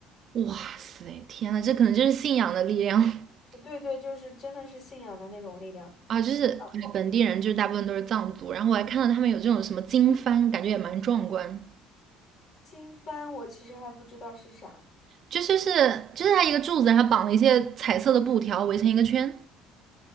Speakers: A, on the right (about 50°); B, on the left (about 55°).
A: 哇塞，天呐，这可能就是信仰的力量 <laughs>
B: 对对，就是真的是信仰的那种力量。
A: 啊！就是哎，
B: 啊，
A: 本地人就是大部分都是藏族，然后我还看到他们有这种什么经幡，感觉也蛮壮观。
B: 经幡我其实还不知道是啥。
A: 就就是就是它一个柱子，然后绑了一些彩色的布条围成一个圈。